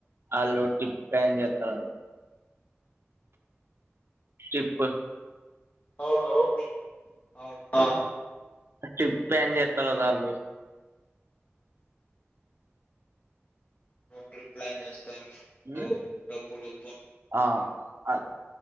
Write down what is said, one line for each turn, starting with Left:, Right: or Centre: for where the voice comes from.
Right: ఆలుూటి ప్యాన్ చేతారు చెప్పు
Left: అవును అవును అ
Right: ట్రిప్ ప్లాన్ చేస్తారు కదా వాళ్ళు
Left: ట్రిప్ ప్లాన్ చేస్తా
Right: ఉమ్
Left: ఫో డబ్బడుడే
Right: ఆ అ